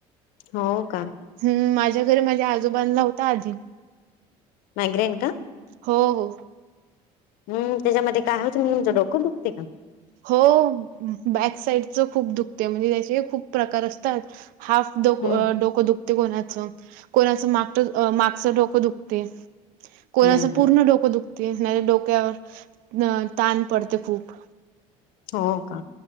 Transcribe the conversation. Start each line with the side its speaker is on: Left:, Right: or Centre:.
Left: हो का?
Right: हम्म, माझ्या घरी माझ्या आजोबांना होता आधी.
Left: मॅग्रेन का?
Right: हो हो
Left: हम्म त्याच्यामध्ये काय होतं म्हणजे तुमचं डोकं दुखते का?
Right: हो बॅक साइडच खूप दुखते म्हणजे त्याचे खूप प्रकार असतात. हाफ डो
Left: हम्म
Right: डोकं दुख कोणाच, कोणाच माग मागचं डोकं दुखतेय. कोणाचं
Left: हम्म हम्म
Right: पूर्ण डोकं दुखत. तेच ना ते डोक्यावर ताण पडते खूप?
Left: हो का